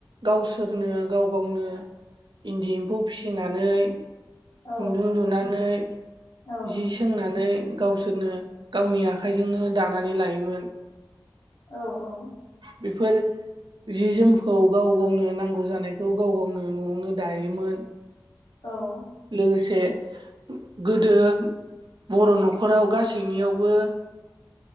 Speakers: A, on the right; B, on the left.
A: गावसोरनो गाव गावनो इन्दि एम्फौ फिसिनानै खुन्दुं
B: औ
A: लुनानै
B: औ
A: जि सोंनानै गावसोरनो गावनि आखाइजोंनो दानानै लायोमोन।
B: औ औ।
A: बेफोर जि जोमखौ गाव गावनो नांगौ जानायखौ गाव गावनो नआवनो दायोमोन।
B: औ
A: लोगोसे गोदो बर नखराव गासैनियावबो